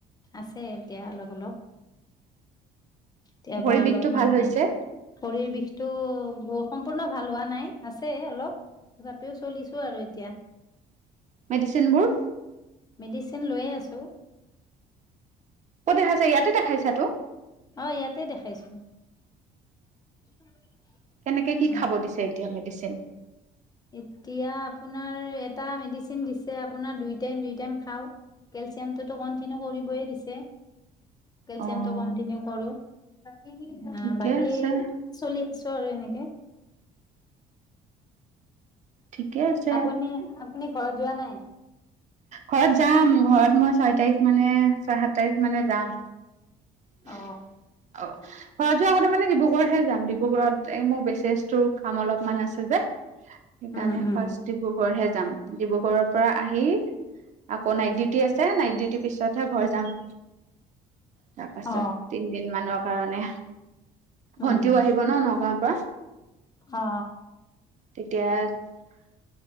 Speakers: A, on the left; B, on the right.
A: আছে এতিয়া অলপ অলপ <inaudible> কেতিয়াবা
B: ভৰি
A: অলপমান
B: বিষটো ভাল হৈছে
A: হে ভৰিৰ বিষটো সম্পূৰ্ণ ভাল হোৱা নাই আছে অলপ তথাপিও চলিছোঁ আৰু এতিয়া
B: মেডিচিনবোৰ
A: মেডিচিন লৈয়ে আছোঁ
B: দেখাইছা ইয়াতে দেখাইছাতো
A: অ ইয়াতে দেখাইছো <inaudible>
B: কেনেকে কি
A: আমাৰ
B: খাব দিছে এতিয়া, মেডিচিন?
A: এতিয়া আপোনাৰ এটা মেডিচিন দিছে আপোনাৰ দুই টাইম-দুই টাইম খাওঁ, কেলচিয়ামটোতো কন্টিনিউ কৰিবয়ে দিছে। কেলচিয়ামটো
B: অ'
A: কন্টিনিউ কৰো। <inaudible>
B: ঠিকে
A: বাকী,
B: আছে
A: চলি আছে আৰু এনেকে।
B: ঠিকে আছে।
A: আপুনি আপুনি ঘৰত যোৱা নাই?
B: ঘৰত যাম ঘৰত মই ছয় তাৰিখ মানে ছয় সাত তাৰিখ মানে যাম। ঘৰত
A: অ
B: যোৱা আগতে মানে ডিব্ৰুগড়হে যাম, ডিব্ৰুগড়ত এই মোৰ বেচ কাম অলপ অমান আছে যে, সেইকাৰণে
A: উম উম
B: ফাৰ্ষ্ট ডিব্ৰুগড়হে যাম। ডিব্ৰুগড়ৰ পৰা আহি, আকৌ নাইট ডিউটি আছে, নাইট ডিউটিৰ পিছতহে ঘৰ যাম। তাৰ পাছত
A: অ
B: তিনদিন মানৰ কাৰনে।
A: উম
B: ভন্টিও আহিব ন? নগাঁৱৰ পৰা।
A: অ
B: তেতিয়া,